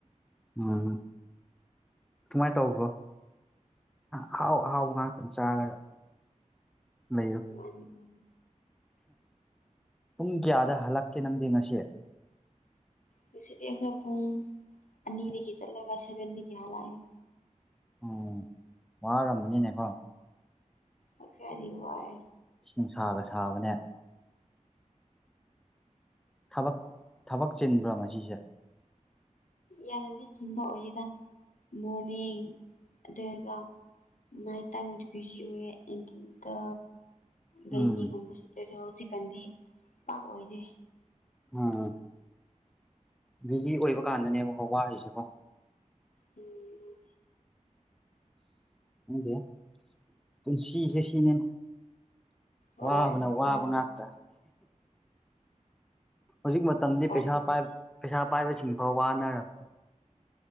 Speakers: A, in the centre; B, on the left (about 80°).
A: ꯎꯝ ꯀꯃꯥꯏꯅ ꯇꯧꯕ꯭ꯔꯣ ꯑꯍꯥꯎ ꯑꯍꯥꯎꯕ ꯉꯥꯛꯇ ꯑꯃ ꯆꯥꯔꯒ ꯂꯩꯔꯣ
B: ꯃꯥꯅꯤ ꯃꯥꯅꯤ
A: ꯄꯨꯡ ꯀꯌꯥꯗ ꯍꯜꯂꯛꯀꯦ ꯅꯪꯗꯤ ꯉꯁꯤ
B: ꯍꯧꯁꯤꯤ ꯑꯩꯈꯣꯏ ꯄꯨꯡ ꯑꯅꯤꯗꯒꯤ ꯆꯠꯂꯒ ꯁꯚꯦꯟꯗꯒꯤ ꯍꯂꯛꯑꯦ
A: ꯎꯝ ꯋꯥꯔꯝꯕꯅꯤꯅꯦꯀꯣ
B: ꯑ ꯐꯗꯤ ꯋꯥꯏ
A: ꯏ ꯅꯨꯡꯁꯥꯒ ꯁꯥꯕꯅꯦ ꯕꯛ ꯊꯕꯛ ꯆꯤꯟꯕ꯭ꯔꯥ ꯃꯁꯤꯁꯦ
B: ꯌꯥꯝꯅꯗꯤ ꯆꯤꯡꯕ ꯑꯣꯏꯒꯦꯗ ꯃꯣꯔꯅꯤꯡ ꯑꯗꯨꯒꯔꯒ ꯅꯥꯥꯏ ꯇꯥꯏꯃꯗꯤ ꯕꯤꯖꯤ ꯑꯣꯏꯌꯦꯦꯇꯇ ꯒꯩꯅꯤꯒꯨꯝꯕꯁꯨ
A: ꯎꯝ
B: ꯇꯔ ꯍꯧꯖꯤꯛꯀꯥꯟꯗꯤ ꯄꯥꯛ ꯑꯣꯏꯗꯦ
A: ꯎꯝ ꯕꯤꯖꯤ ꯑꯣꯏꯕ ꯀꯥꯟꯗꯅꯦꯕꯀꯣ ꯋꯥꯔꯤꯔꯤꯁꯤꯦꯀꯣ
B: ꯎꯝ
A: ꯎꯗꯦ ꯄꯨꯟꯁꯤꯁꯦ ꯁꯤꯅꯦ
B: ꯍꯣꯏ
A: ꯋꯥꯕꯅ ꯋꯥꯕ
B: ꯃꯥꯅꯤ
A: ꯉꯥꯛꯇ ꯍꯧꯖꯤꯛ ꯃꯇꯝꯗꯤ
B: ꯎꯄꯥꯏ
A: ꯄꯩꯁꯥ
B: ꯂꯩꯇꯦ
A: ꯄꯥꯏ ꯄꯩꯁꯥ ꯄꯥꯏꯕꯁꯤꯡꯐꯥꯎ ꯋꯥꯅꯔꯝ